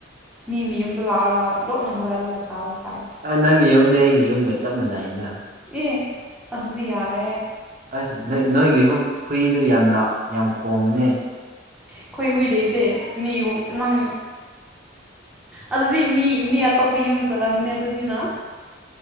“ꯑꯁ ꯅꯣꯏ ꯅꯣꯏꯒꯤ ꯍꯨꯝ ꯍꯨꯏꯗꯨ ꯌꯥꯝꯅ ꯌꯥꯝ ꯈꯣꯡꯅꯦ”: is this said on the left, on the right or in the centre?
Right